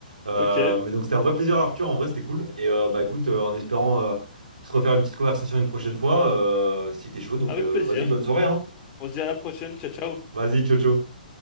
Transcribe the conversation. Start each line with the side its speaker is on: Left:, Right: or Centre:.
Right: Euh,
Left: Ok,
Right: mais donc, c'était un vrai plaisir, Arthur. En vrai, c'était cool. Et euh, bah, écoute, euh, en espérant euh, se refaire une petite conversation une prochaine fois, euh, si t'es chaud. Donc,
Left: avec
Right: euh,
Left: plaisir.
Right: vas-y, bonne soirée, hein.
Left: On se dit à la prochaine. Ciao, ciao.
Right: Vas-y, ciao, ciao.